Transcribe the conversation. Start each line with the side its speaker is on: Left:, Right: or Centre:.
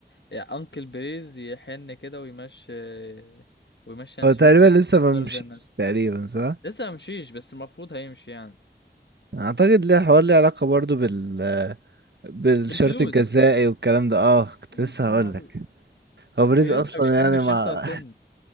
Left: يا انكل بريز يحن كده ويمشي آه، ويمشي انشيلوتي
Right: هو تقريبا
Left: ويشوف
Right: لسه ما
Left: إدارة
Right: مشيش
Left: زي الناس
Right: تقريبا صح
Left: لسه ممشيش بس المفروض هيمشي يعني
Right: اعتقد ليه حوار ليه علاقه برضو بال بالشرط
Left: بالفلوس
Right: الجزائي والكلام ده اه كنت
Left: فلوس
Right: لسه
Left: يا
Right: هقول
Left: معلم
Right: لك هو بريز
Left: بريز
Right: اصلا
Left: ما بيحبش
Right: يعني مع
Left: يخسر سن